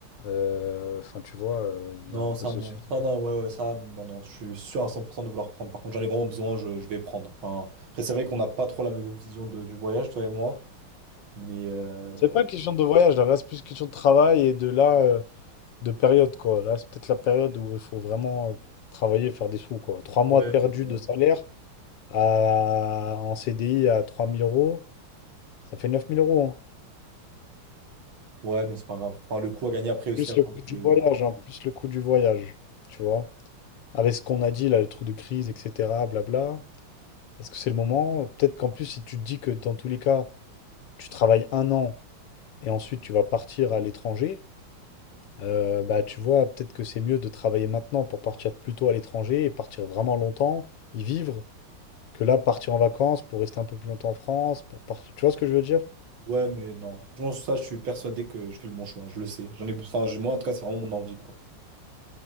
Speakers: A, on the left; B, on the right.
A: Euh, Enfin, tu vois, euh, il
B: Non,
A: y a un peu
B: ça
A: ce
B: non.
A: sujet.
B: Ça non, ouais, ouais, ça non, non. Je suis sûr à 100% de vouloir prendre. Par contre, j'en ai vraiment besoin, je, je vais prendre. Enfin, après, c'est vrai qu'on n'a pas trop la même vision de- du voyage, toi et moi. Mais euh,
A: C'est pas une question de voyage, là, Là, c'est plus une question de travail et de là, euh, de période, quoi. Là, c'est peut-être la période où il faut vraiment euh, travailler, faire des sous, quoi. Trois mois
B: ouais,
A: de perdu
B: mais bon.
A: de salaire à- en CDI à 3000 euros, ça fait 9000 euros, hein.
B: Ouais, mais c'est pas grave. Enfin, le coup à gagner après aussi.
A: Plus
B: hein,
A: le
B: quand,
A: coût du
B: euh,
A: voyage, hein, plus le coût du voyage, tu vois. avec ce qu'on a dit là, le truc de crise, etc., blabla, est-ce que c'est le moment? Peut-être qu'en plus, si tu te dis que dans tous les cas, tu travailles un an et ensuite tu vas partir à l'étranger, euh, bah tu vois, peut-être que c'est mieux de travailler maintenant pour partir plus tôt à l'étranger et partir vraiment longtemps, y vivre, que là, partir en vacances pour rester un peu plus longtemps en France, pour partir. Tu vois ce que je veux dire?
B: Ouais, mais non. Franchement, sur ça, je suis persuadé que je fais le bon choix. Je le sais. J'en ai... Enfin, je- moi, en tout cas, c'est vraiment mon envie, quoi.